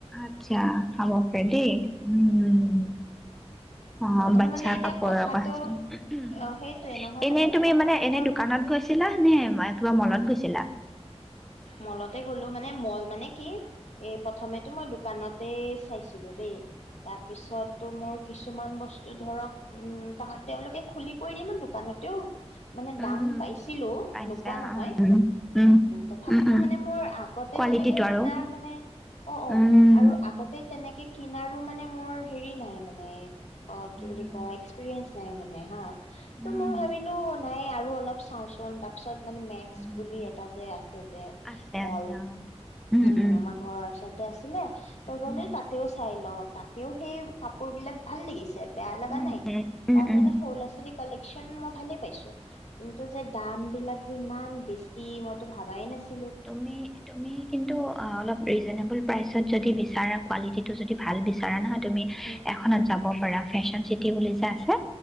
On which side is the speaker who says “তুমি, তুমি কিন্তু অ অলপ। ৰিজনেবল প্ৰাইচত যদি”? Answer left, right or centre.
Centre